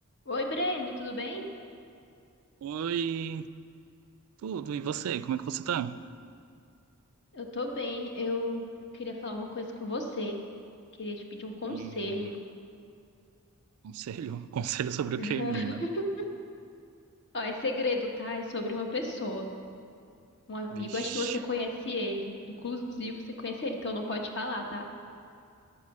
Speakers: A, on the left; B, on the right.
A: Oi, Brendo, tudo bem?
B: Oi, tudo. E você? Como é que você tá?
A: Eu tô bem. Eu queria falar uma coisa com você. Queria te pedir um conselho.
B: Hum, conselho? <laughs> Conselho sobre o
A: <laughs>
B: quê, menina?
A: Ó, é segredo, tá? É sobre uma pessoa, um amigo.
B: Vixe.
A: Acho que você conhece ele. Inclusive, você conhece ele, então não pode falar, tá?